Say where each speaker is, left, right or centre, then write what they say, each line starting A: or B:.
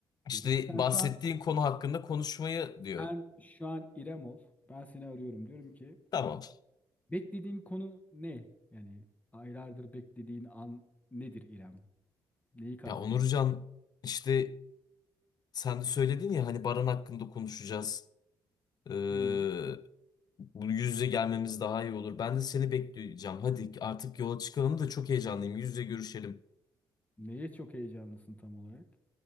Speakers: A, on the left; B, on the left.
A: İşte
B: derim. Sen
A: bahsettiğin
B: şu an
A: konu hakkında konuşmayı diyor.
B: sen şu an İrem ol. Ben seni arıyorum. Diyorum ki
A: Tamam.
B: beklediğin konu ne? Yani aylardır beklediğin an nedir İrem? Neyi kastediyorsun?
A: Ya Onurcan işte sen de söyledin ya hani Baran hakkında konuşacağız. Ee,
B: Hı.
A: bu yüz yüze gelmemiz daha iyi olur. Ben de seni bekleyeceğim. Hadi artık yola çıkalım da çok heyecanlıyım. Yüz yüze görüşelim.
B: Neye çok heyecanlısın tam olarak?